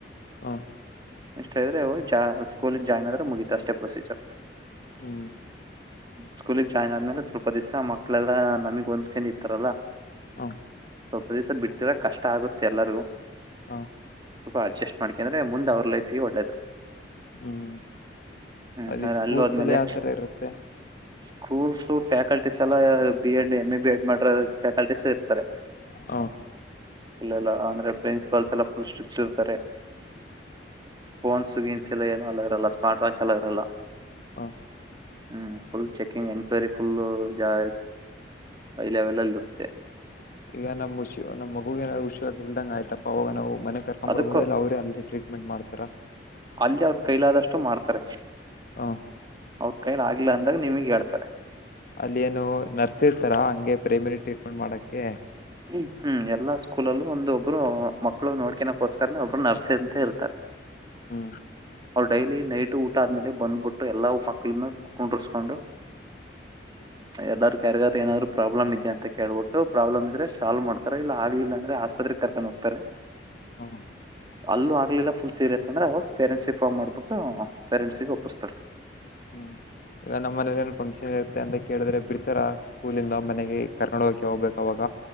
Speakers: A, on the left (about 50°); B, on the right (about 25°).
A: ಹ
B: ಇಷ್ಟ್ರೆ ಇದ್ರೆ ಹೋಗಿ ಸ್ಕೂಲ ಜಾಯ್ನ್ ಆದ್ರೆ ಮುಗೀತ ಅಷ್ಟೇ ಪ್ರೊಸೀಜರ್.
A: ಹೂ
B: ಸ್ಕೂಲಗ್ ಜಾಯಿನ್ ಆದ್ಮೇಲೆ ಸ್ವಲ್ಪ ದಿಸ ಮಕ್ಕಳೆಲ್ಲಾ ನಮಗ್ ಒಂದ್ಕೊಂಡಿರ್ತಾರಲ್ಲ.
A: ಹ
B: ಸ್ವಲ್ಪ ದಿವಸ ಬಿಟ್ ಇರಕ್ಕೆ ಕಷ್ಟ ಆಗುತ್ತೆ ಎಲ್ಲರು.
A: ಹಾ
B: ಸ್ವಲ್ಪ ಅಡ್ಜಸ್ಟ್ ಮಾಡ್ಕೊಂಡ್ರೆ ಮುಂದ್ ಅವ್ರ ಲೈಫಿಗೆ ಒಳ್ಳೇದು.
A: ಹ್ಮ್
B: ಹ್ಮ್
A: ಅಲ್ಲಿ
B: ಆದ್ರೆ
A: ಸ್ಕೂಲ್ಸ್
B: ಹೋದ್ಮೇಲೆ
A: ಎಲ್ಲ ಯಾವತರ ಇರುತ್ತೆ.
B: ಸ್ಕೂಲ್ಸ್ ಫ್ಯಾಕಲ್ಟೀಸ್ ಎಲ್ಲಾ B Ed M A B Ed ಮಾಡ್ ಫ್ಯಾಕಲ್ಟೀಸ್ ಇರ್ತಾರೆ.
A: ಹ
B: ಇಲ್ಲೆಲ್ಲ ಅಂದ್ರೆ ಪ್ರಿನ್ಸಿಪಾಲ್ಸ್ ಎಲ್ಲಾ ಫುಲ್ ಸ್ಟ್ರಿಕ್ಟ್ ಇರ್ತಾರೆ. ಫೋನ್ಸ್ ಗೀನ್ಸ್ ಎಲ್ಲ ಏನೂ ಅಲೋ ಇರಲ್ಲ ಸ್ಮಾರ್ಟ್ ವಾಚ್ ಅಲೋ ಇರಲ್ಲ.
A: ಹ
B: ಹ್ಮ್ ಫುಲ್ ಚೆಕಿಂಗ್ ಎನ್ಕ್ವರಿ ಫುಲ್ ಜ ಹೈ ಲೆವೆಲ್ ಅಲ್ಲಿ ಇರುತ್ತೆ.
A: ಈಗ ನಮ್ಮ ಹುಷಿ ನಮ್ಮ ಮಗು ಏನಾರ್ ಹುಷಾರ ಇಲ್ದಂಗಗೆ ಆಯ್ತಾ ಅವಾಗ ನಾವು. ಮನೆ ಕರ್ಕೊಂಡ್
B: ಅದಕ್ಕೂ
A: ಬರ್ಬೋದ ಇಲ್ಲ ಅವ್ರೇ ಅಲ್ಲೇ ಟ್ರೀಟ್ಮೆಂಟ್ ಮಾಡ್ತಾರ.
B: ಅಲ್ಲಿ ಅವ್ರ ಕೈಲಾದಷ್ಟು ಮಾಡ್ತಾರೆ.
A: ಹ
B: ಅವ್ರ ಕೈಲ ಆಗಿಲ್ಲ ಅಂದಾಗ ನಿಮಗ್ ಹೇಳ್ತಾರೆ
A: ಅಲ್ಲಿ ಏನು ನರ್ಸ ಇರ್ತಾರ ಹಾಂಗೆ ಕೆ ಪ್ರಿಪೀಟರಿ ಮಾಡಕ್ಕೆ
B: ಹ್ಮ ಹ್ಮ್ ಎಲ್ಲಾ ಸ್ಕೂಲಲ್ಲೂ ಒಂದ ಒಬ್ರು ಮಕ್ಳು ನೋಡ್ಕನಕ್ಕೋಸ್ಕರನ ಒಬ್ರು ನರ್ಸರಿ ಅಂತ ಇರ್ತಾರೆ
A: ಹ್ಮ
B: ಅವ್ರು ಡೈಲಿ ನೈಟ್ ಊಟ ಆದ್ಮೇಲೆ ಬಂದ್ಬಿಟ್ಟು ಎಲ್ಲಾ ಮಕ್ಳನ್ನ ಕುಂಡರ್ಸ್ಕೊಂಡು. ಎಲ್ಲಾರ್ಗು ಯಾರಿಗಾರ ಏನಾದ್ರು ಪ್ರಾಬ್ಲಮ್ ಇದೆ ಅಂತ ಕೇಳ್ಬಿಟ್ಟು ಪ್ರಾಬ್ಲಮ್ ಇ ಆದ್ರೆ ಸಾಲ್ವ್ ಮಾಡ್ತಾರ ಇಲ್ಲ ಆಗ್ಲಿಲ್ಲ ಅಂದ್ರೆ ಆಸ್ಪತ್ರೆಗ್ ಕರ್ಕೊಂಡ್ ಹೋಗ್ತಾರೆ.
A: ಹ್ಮ
B: ಅಲ್ಲೂ ಆಗ್ಲಿಲ್ಲ ಫುಲ್ ಸೀರಿಯಸ್ ಅಂದ್ರೆ ಅವಾಗ ಪೇರೆಂಟ್ಸ್ ಪೋನ್ ಮಾಡಿಬಿಟ್ಟು ಮಾಡ್ಬಿಟ್ಟು ಪೇರೆಂಟ್ಸ್ ಗೆ ಒಪ್ಪಸ್ತಾರೆ.
A: ಹ್ಮ್ ಈಗ ನಮ್ಮ ಮನೇಲಿ ಏನು ಫಂಕ್ಷನ್ ಇರುತ್ತೆ ಅಂತ ಕೇಳಿದ್ರೆ. ಬಿಡ್ತರ ಸ್ಕೂಲಿಂದ ಮನೆಗೆ ಕರ್ಕೊಂಡ್ ಹೋಗ್ಬೇಕ ಅವಾಗ.